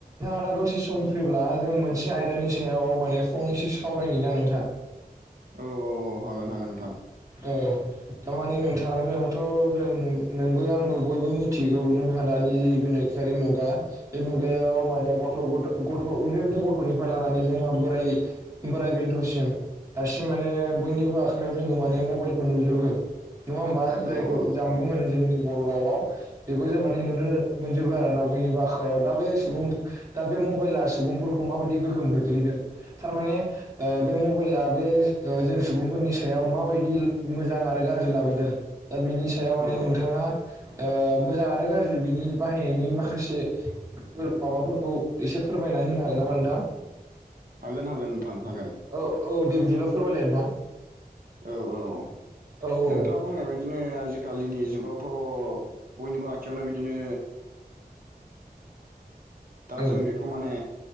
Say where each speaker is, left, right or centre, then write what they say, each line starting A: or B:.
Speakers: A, on the right; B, on the right.
A: अब्ला दसे सम फैब्ला जों मोनसे आयदानि सायाव माने फंनैसो सावरायनो ना नोंथां।
B: औ औ औ हागोन हागोन नोंथां।
A: ओ थारमाने नोंथाङा जोंहाथ' जों नोंबो आंबो बयबो मिथिगौ जोंहा दानि गोनोखोआरारि मुगा बे मुगायाव माने गथ' गथ'गन्दै उन्दै गथ'निफ्राय लानानै जोंहा बोराय बोराय बेन्थ'सिम दासिम माने बयनिबो आखायाव जोङो माने मबाइलखौ नुजोबो नङा होमबा
B: औ
A: जायखौ
B: औ
A: जामबुं होनो जोंनि बर' रावाव बेखौ जों माने नुनो मोनजोबो आरोना बयनि बाखायाव दा बे सुबुं दा बे मबाइला सुबुंफोरखौ माबायदि गोहोम गोख्लैदों थारमाने ओ बे मबाइला बे ओ जों सुबुंफोरनि सायाव माबायदि मोजां आरो गाज्रि लाबोदों दा बिनि सायाव माने
B: औ
A: नोंथाङा ओ मोजां आरो गाज्रि बिनि बाहायनायनि माखासे माबाफोरखौ एसे फोरमाय ना होनो हागोन नामा नोंथां?
B: हागोन हागोन नोंथां हागोन
A: औ औ दे बिदिब्ला फोरमायलाय नोंथां।
B: औ औ
A: औ औ
B: नोंथाङा बुंनाय बायदिनो आजिखालिनि जुगावथ' बयनिबो आखायाव नो बिदिनो दा
A: औ
B: जों बेखौ माने